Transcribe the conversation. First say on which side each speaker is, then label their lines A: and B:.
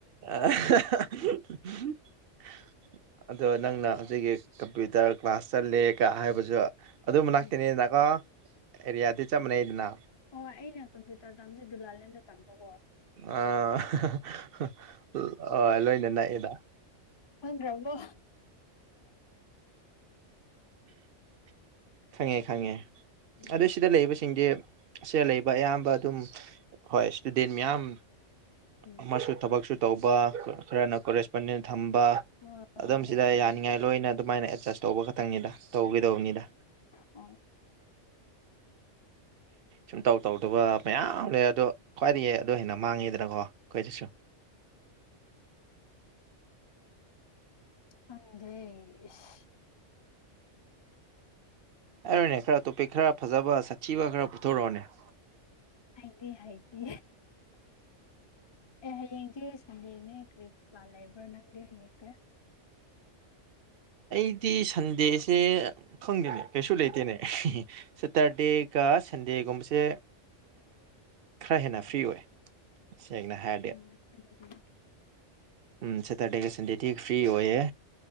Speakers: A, on the right; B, on the left.
A: <unintelligible> ꯑꯗꯣ ꯅꯪꯅ ꯍꯧꯖꯤꯛꯀꯤ ꯀꯝꯄ꯭ꯌꯨꯇꯔ ꯀ꯭ꯂꯥꯁ ꯆꯠꯂꯦꯒ ꯍꯥꯏꯕꯁꯨ ꯑꯗꯨ ꯃꯅꯥꯛꯇꯅꯤꯗꯅꯀꯣ
B: ꯎꯝ
A: ꯑꯦꯔꯤꯌꯥꯗꯤ ꯆꯞ ꯃꯥꯟꯅꯩꯗꯅ
B: ꯑꯣ ꯑꯩꯅ ꯀꯝꯄ꯭ꯌꯨꯇꯔ ꯇꯝꯕꯁꯦ ꯗꯨꯂꯥꯂꯦꯟꯗ ꯇꯝꯕꯀꯣ
A: ꯑꯥ꯬꯬ ꯍꯥꯍꯥꯍꯥ ꯑ ꯂꯣꯏꯅ ꯅꯛꯑꯦꯗ
B: ꯈꯪꯗ꯭ꯔꯕꯣ
A: ꯈꯪꯉꯦ ꯈꯪꯉꯦ
B: ꯎꯝ
A: ꯑꯗꯨ ꯁꯤꯗ ꯂꯩꯕꯁꯤꯡꯗꯤ ꯑꯁꯦ ꯂꯩꯕ ꯑꯌꯥꯝꯕ ꯑꯗꯨꯝ ꯍꯣꯏ ꯏꯁꯇꯨꯗꯦꯟ ꯃꯌꯥꯝ
B: ꯎꯝ
A: ꯑꯃꯁꯨ ꯊꯕꯛꯁꯨ ꯇꯧꯕ ꯈꯔꯅ ꯀꯣꯂꯦꯖ ꯅꯤꯅ ꯊꯝꯕ
B: ꯍꯣꯏ
A: ꯑꯗꯨꯝ
B: ꯍꯣꯏ ꯍꯣꯏ
A: ꯁꯤꯗ
B: ꯑꯗꯨꯃꯥꯏꯅ
A: ꯌꯥꯅꯤꯡꯉꯥꯏ ꯂꯣꯏꯅ ꯑꯗꯨꯃꯥꯏꯅ ꯑꯦꯗꯖꯁ ꯇꯧꯕ ꯈꯛꯇꯪꯅꯤꯗ ꯇꯧꯒꯦꯗꯧꯅꯤꯗ
B: ꯎꯝ
A: ꯁꯨꯡꯇꯧ ꯇꯧꯗꯕ ꯃꯌꯥꯝ ꯂꯩ ꯑꯗꯣ ꯈ꯭ꯋꯥꯏꯗꯒꯤ ꯑꯗꯨ ꯍꯦꯟꯅ ꯃꯥꯡꯉꯤꯗꯅꯀꯣ ꯑꯩꯈꯣꯏꯗꯁꯨ
B: ꯈꯪꯗꯦ ꯢꯁ
A: ꯍꯥꯏꯔꯣꯅꯦ ꯈꯔ ꯇꯣꯄꯤꯛ ꯈꯔ ꯐꯖꯕ ꯁꯥꯊꯤꯕ ꯈꯔ ꯄꯨꯊꯣꯔꯛꯑꯣꯅꯦ
B: ꯑꯩꯗꯤ ꯍꯩꯇꯦ ꯑꯦ ꯍꯌꯦꯡꯁꯦ ꯁꯟꯗꯦꯅꯦ ꯀꯔꯤꯞ ꯄ꯭ꯂꯥꯟ ꯂꯩꯥꯕ꯭ꯔ ꯅꯪꯗꯤ ꯍꯌꯦꯡꯁꯦ <inaudible>
A: ꯑꯩꯗꯤ ꯁꯟꯗꯦꯁꯦ ꯈꯪꯗꯦꯅꯦ ꯀꯩꯁꯨ ꯂꯩꯇꯦꯅꯦ ꯁꯦꯇꯔꯗꯦꯒ ꯁꯟꯗꯦꯒꯨꯝꯕꯁꯦ ꯈꯔ ꯍꯦꯟꯅ ꯐ꯭ꯔꯤ ꯑꯣꯏ ꯁꯦꯡꯅ ꯍꯥꯢꯔꯗꯤ
B: ꯎꯝ ꯑꯗꯨꯗꯤ
A: ꯎꯝ ꯁꯦꯇꯔꯗꯦꯒ ꯁꯟꯗꯦꯗꯤ ꯐ꯭ꯔꯤ ꯑꯣꯏꯌꯦ